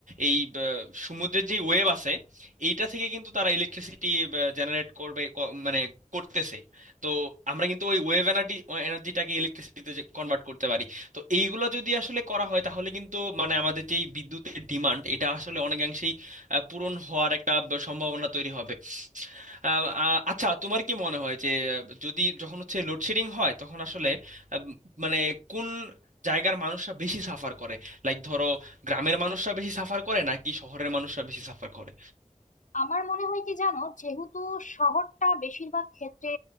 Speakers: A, on the right; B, on the left.
A: এই আহ, সমুদ্রের যে ওয়েভ আছে এইটা থেকে কিন্তু তারা ইলেকট্রিসিটি জেনারেট করবে ক- মানে করতেছে তো আমরা কিন্তু ওই ওয়েভ এনার্জি এনার্জিটাকে ইলেকট্রিসিটিতে কনভার্ট করতে পারি তো এইগুলো যদি আসলে করা হয় তাহলে কিন্তু মানে আমাদের যে এই বিদ্যুতের ডিমান্ড এটা আসলে অনেকাংশেই আহ, পূরণ হওয়ার একটা ব- সম্ভাবনা তৈরি হবে আহ, আহ, আচ্ছা তোমার কি মনে হয় যে আহ, যদি যখন হচ্ছে লোডশেডিং হয় তখন আসলে আহ, মানে কোন জায়গার মানুষরা বেশি সাফার করে লাইক ধরো গ্রামের মানুষরা বেশি সাফার করে নাকি শহরের মানুষরা বেশি সাফার করে
B: আমার মনে হয় কি জানো যেহেতু শহরটা বেশিরভাগ ক্ষেত্রে